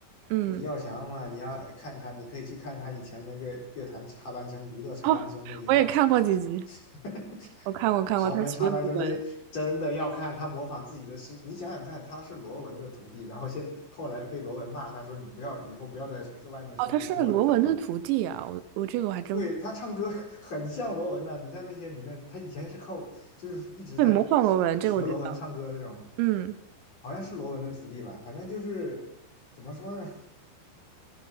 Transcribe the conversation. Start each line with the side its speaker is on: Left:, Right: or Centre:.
Right: 嗯，
Left: 李耀祥嘛，你要看他，你可以去看他以前那个乐坛插班生、娱乐插班生那一套，
Right: 哦，我也看过几集，
Left: <laughs>
Right: 我看过看过，
Left: 豪门插班生这些真的要看他模仿自己的师傅。
Right: 他学罗文，
Left: 你想想看，他是罗文的徒弟，然后现后来被罗文骂，他说你不要以后不要在外面说你是我的徒弟。
Right: 哦，他是罗文的徒弟啊，我我这个我还真不，
Left: 对，他唱歌 <laughs> 很像罗文的，你在那些里面，他以前是靠就是一直在学学罗文唱歌那种，
Right: 对，模仿罗文这个我知道，嗯，
Left: 好像是罗文的徒弟吧，反正就是怎么说呢？